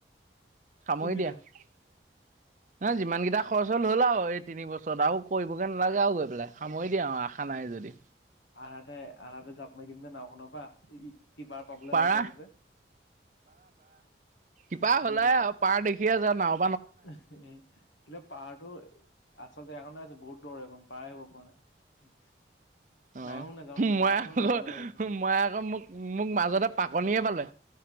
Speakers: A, on the right; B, on the left.
A: সামৰি
B: কোনকেইটা
A: দিয়া। ন যিমান কেইটা খৰচ হ'ল হ'ল আও এই তিনি বছৰত আৰু কৰিবগৈ নালাগে আৰু গৈ পেলাই সামৰি দিয়ে আৰু আশা নাই যদি।
B: আহাতে আহাতে জাপ মাৰি দিম নে নাওঁ। শুনপা সিপাৰ পাবলে
A: পাৰা
B: লওঁ লওঁতে।
A: ইপাৰ
B: বোলে
A: হলাই
B: নাও
A: আৰু পাৰ দেখিয়ে আছে নাওঁ।
B: এ কিন্তু পাহাৰটো আচল। এখনে আছে বহুত দ এখন পাৰে হব পৰা নাই।
A: অ
B: নাইও নাযাও
A: মই
B: নাওখনো
A: আকৌ
B: নাযাও নাযাও কৈছে
A: মই আকৌ মোক মোক মাজতে পাকনিয়ে পালে।